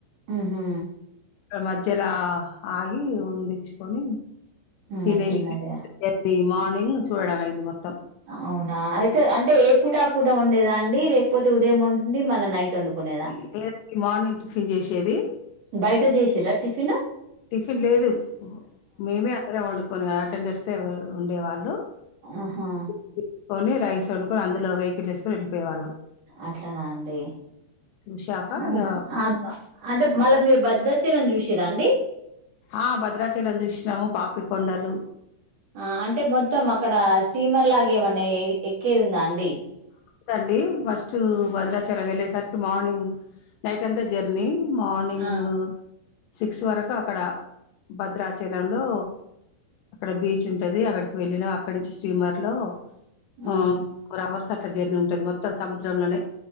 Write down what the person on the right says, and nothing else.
ఉహు
ఇంగ
తిన్నారా
అవునా అయితే అంటే ఏ పూట ఆ పూట ఉండేదా అండి లేకపోతే ఉదయం ఉం ఉండి మళ్ళా నైట్ వండుకునేదా
బయట చేసిర టిఫిను
ఆహా
అట్లానా అండి
ఆ
అప్ అంటే మళ్ళా మీరు భద్రాచలం చూసిర్రా అండి
ఆ అంటే మొత్తం అక్కడ స్టీమర్ లాగా ఏమన్నా ఎక్కేది ఉందా అండి
ఆ
ఉమ్